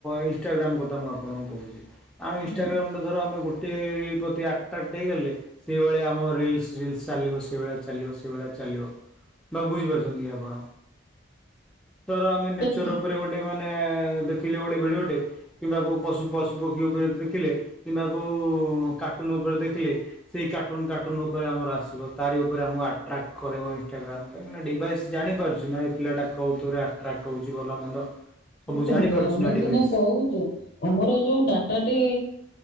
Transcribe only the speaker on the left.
ହଁ
ହଁ ତ
ଦେଖନ୍ତୁ
ଆମେ
ସିନା କହୁଛୁ। ଆମର ଏ ଯୋଉ ଡାଟାଟି